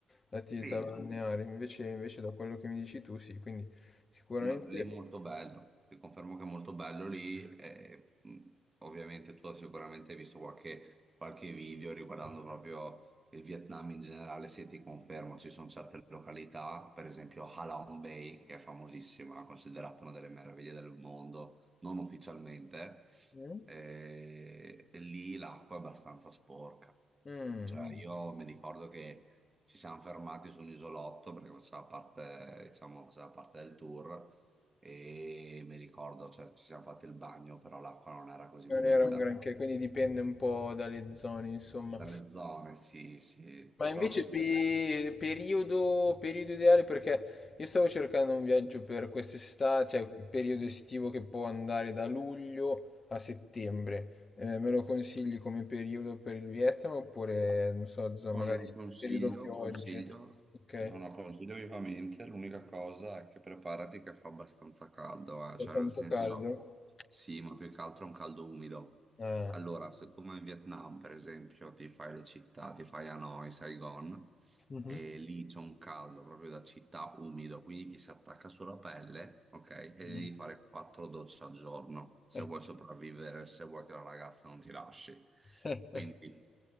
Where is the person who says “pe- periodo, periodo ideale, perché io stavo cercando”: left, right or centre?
Left